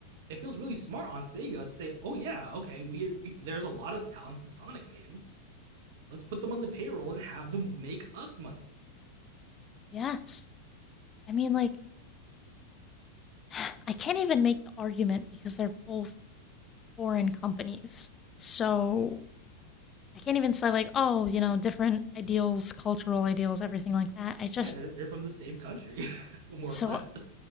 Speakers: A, on the right; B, on the left.
A: It feels really smart on Sega to say, "Oh yeah, okay, we, we there's a lot of talented Sonic fans. Let's put them on the payroll and have them make us money."
B: Yes. I mean, like, <sighs> I can't even make the argument because they're both foreign companies. So I can't even say, like, oh, you know, different ideals, cultural ideals, everything like that. I just,
A: Yeah, they're they're from the same country, <laughs> more
B: so,
A: or less.